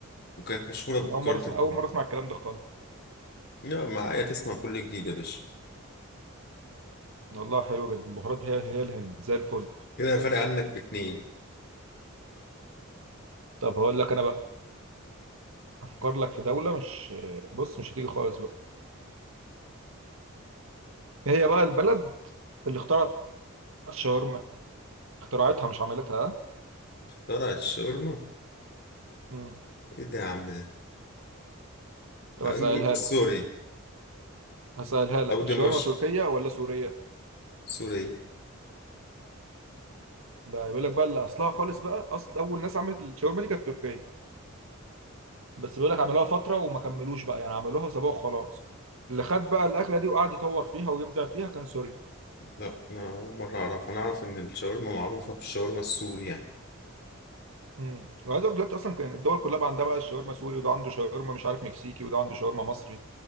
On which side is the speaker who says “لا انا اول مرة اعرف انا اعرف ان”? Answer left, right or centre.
Left